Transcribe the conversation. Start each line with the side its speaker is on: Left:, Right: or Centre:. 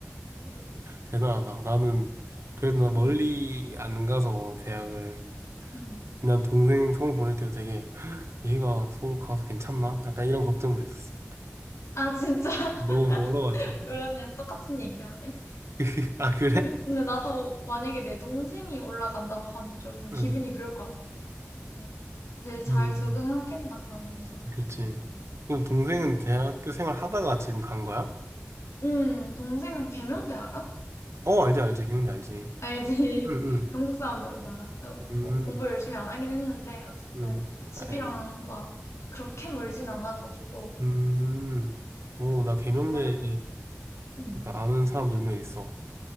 Left: 어,
Right: 대단하다. 나는 그래도 나 멀리
Left: 응,
Right: 안 가서 대학을
Left: 응.
Right: 난 동생 서울 보낼 때도 되게 얘가 서울 가서 괜찮나? 약간 이런 걱정도 있었어.
Left: 아, 진짜. <laughs>
Right: 너무 멀어가지고.
Left: 그러네 똑같은 얘기하네.
Right: <laughs> 아, 그래?
Left: 근- 근데 나도 만약에 내 동생이 올라간다고 하면 좀 기분이
Right: 응.
Left: 그럴 것 같아. 아, 제일 잘
Right: 음.
Left: 적응하겠나 하면서.
Right: 그치. 그럼 동생은
Left: 음,
Right: 대학교 생활 하다가 지금 간 거야?
Left: 음, 동생은 계명대 알아?
Right: 어, 알지, 알지. 기명대 알지.
Left: 알지.
Right: 응,
Left: <laughs> 경북 사람들은 알아. 어,
Right: 응, 응,
Left: 뭐 공부 열심히 안 하긴 했는데, 어쨌든
Right: 응.
Left: 집이랑
Right: 아유.
Left: 막 그렇게 멀진 않아가지고.
Right: 음. 오, 나 계명대에
Left: 헐. 음.
Right: 약간 아는 사람도 몇 명 있어.